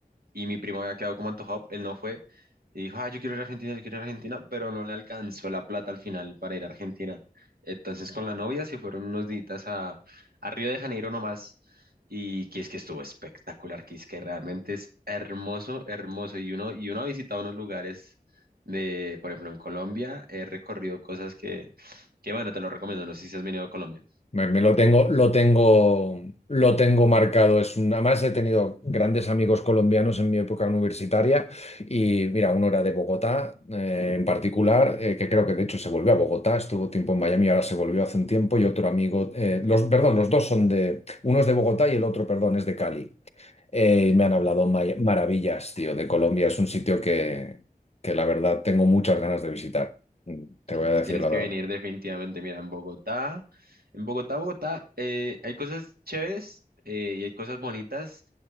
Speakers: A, on the right; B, on the left.
A: y mi primo había quedado como antojado, él no fue y dijo, ah, yo quiero ir a Argentina, yo quiero ir a Argentina, pero no le alcanzó la plata al final para ir a Argentina. Entonces con la novia se fueron unos días a, a Río de Janeiro nomás y que es que estuvo espectacular, que es que realmente es hermoso, hermoso y uno, y uno ha visitado unos lugares de, por ejemplo, en Colombia, he recorrido cosas que, que bueno, te lo recomiendo, no sé si has venido a Colombia.
B: Me, me lo tengo, lo tengo, lo tengo marcado. Es un- además, he tenido grandes amigos colombianos en mi época universitaria y mira, uno era de Bogotá eh, en particular, eh, que creo que de hecho se volvió a Bogotá, estuvo tiempo en Miami, ahora se volvió hace un tiempo y otro amigo, eh, los, perdón, los dos son de, uno es de Bogotá y el otro, perdón, es de Cali. Eh,
A: Que
B: y me han hablado ma- maravillas, tío, de Colombia. Es un sitio que, que la verdad tengo muchas ganas de visitar. Mm, Te
A: Tienes,
B: voy a decir
A: tienes
B: la
A: que
B: verdad.
A: venir definitivamente. Mira, en Bogotá, en Bogotá, Bogotá, eh, hay cosas chéveres eh, y hay cosas bonitas,